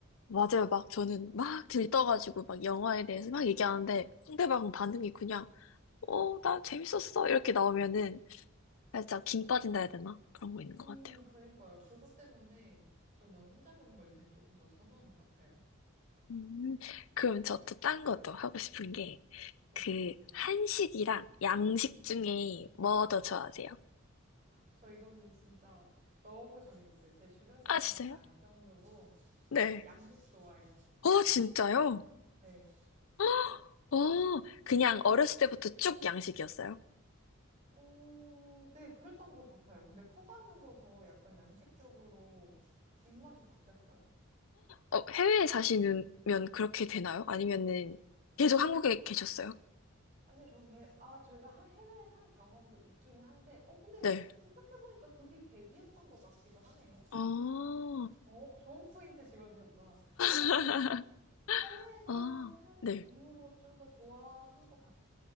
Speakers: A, on the left (about 75°); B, on the right (about 35°).
A: 맞아요. 막 저는 막 들떠가지고 막 영화에 대해서 막 얘기하는데 상대방 반응이 그냥, 어, 나 재밌었어. 이렇게 나오면은 살짝 김 빠진다 해야 되나? 그런 거 있는 것
B: 음,
A: 같아요.
B: 그니까요. 그것 때문에 저는 혼자 보는 걸 요새 조금 더 선호하는 것 같아요.
A: 음, 그럼 저 또 딴 것도 하고 싶은 게,
B: 네.
A: 그, 한식이랑 양식 중에 뭐 더 좋아하세요?
B: 저 이거는 진짜 너무 정해졌어요. 제 주변 사람도
A: 아, 진짜요?
B: 다 알 정도로
A: 네.
B: 저는 양식 좋아해요.
A: 어, 진짜요?
B: 네.
A: <gasps> 어, 그냥 어렸을 때부터 쭉 양식이었어요?
B: 오, 네, 그랬던 것 같아요. 근데 커가면서 더 약간 양식 쪽으로 입맛이 바뀌었어요.
A: 어, 해외에 사시면 그렇게 되나요? 아니면은 계속 한국에 계셨어요?
B: 아니요, 전 개. 아, 제가 하- 해외에 산 경험도 있기는 한데, 어, 근데
A: 네.
B: 생각해보니까 그게 계기였던 것 같기도 하네요.
A: 아,
B: 어, 좋은 포인트 집어주셨다. 맞아요.
A: <laughs>
B: 해외에서
A: 아,
B: 산
A: 네,
B: 이후로 좀 더 좋아한 것 같긴